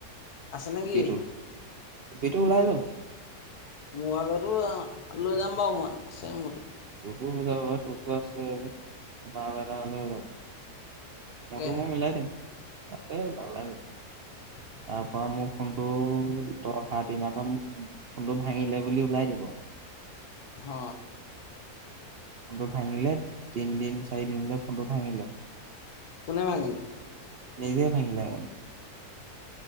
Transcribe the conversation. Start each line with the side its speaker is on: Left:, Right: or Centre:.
Left: আছে নেকি
Right: টুপীটো, টুপীটো ওলাই লম।
Left: মোৰ আগৰটো, অ'! লৈ যাম বাওঁ মই, আছে মোৰটো।
Right: <unintelligible> তাৰপা আৰু এটা লৈ লম।
Left: তাকেহে
Right: মোৰতো মই মিলাই দিম। <unintelligible>
Left: <inaudible>
Right: তাৰ পৰা মোৰ ফোনটো ত অহা দিনা পা মোক ফোনটো ভাঙিলে বুলি ওলাই দিব।
Left: হ।
Right: ফোনটো ভাঙিলে তিনিদিন চাৰি দিনতে ফোনটো ভাঙিলে।
Left: কোনে ভাঙিলে?
Right: নিজে ভাঙিলে আৰু।